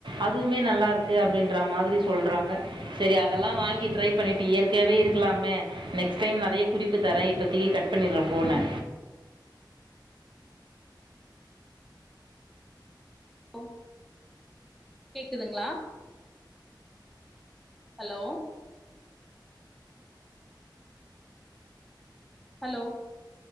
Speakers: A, on the right; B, in the centre.
A: அதுவுமே நல்லாயிருக் கு அப்படின்ற மாதிரி சொல்கிறாங்க செரி அதெல்லாம் வாங்கி ட்ரை பண்ணிவிட்டு இயற்காவே இருக்கலாமே நெக்ஸ்ட் டைம் நறைய குறிப்பு தரேன் இப்பத்திக்கு கட் பண்னிடுறேன் போன
B: ஒ கேக்குதுங்களா ஹலோ ஹலோ